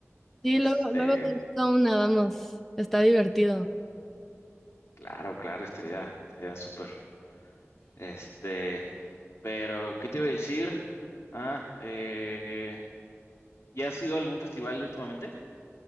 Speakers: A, in the centre; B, on the left (about 65°).
A: Sí,
B: Este,
A: luego, luego te gusta una, vamos, está divertido.
B: claro, claro, estaría, estaría súper. Este, pero, ¿qué te iba a decir? Ah, eh, ¿ya has ido a algún festival últimamente?